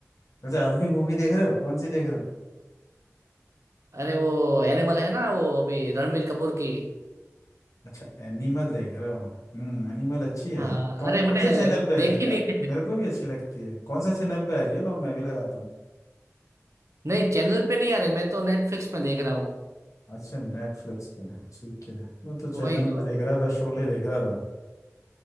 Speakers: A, on the left (about 80°); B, on the right (about 65°).
A: अच्छा आप भी मूवी देख रहे हो कौन सी देख रहे हो
B: अरे वो एनिमल है ना वो अभी रणवीर कपूर की
A: अच्छा एनिमल देख रहे हो हम्म एनिमल अच्छी है
B: हाँ
A: कौन
B: अरे मैंने
A: कौन से चैनल पे आ रही
B: देखी
A: है यार
B: नहीं थी
A: मेरे को भी अच्छी लगती है कौन सा चैनल पे आ रही है लो मैं भी लगाता हूँ
B: नहीं चैनल पे नहीं आ रही मैं तो नेटफ्लिक्स में देख रहा हूँ
A: अच्छा नेटफ्लिक्स पे है, ठीक है मैं तो चैनल
B: वही तो
A: पर देख रहा था शोले देख रहा था